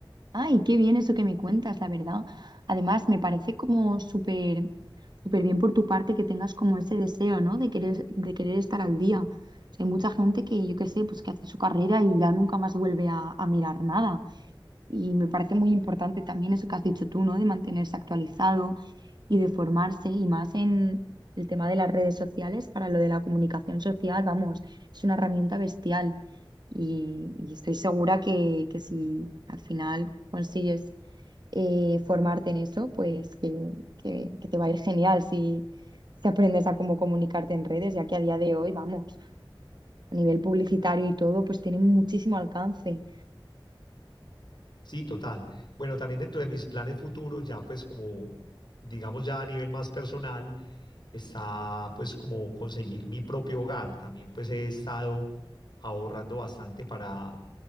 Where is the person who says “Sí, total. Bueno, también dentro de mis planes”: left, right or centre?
Left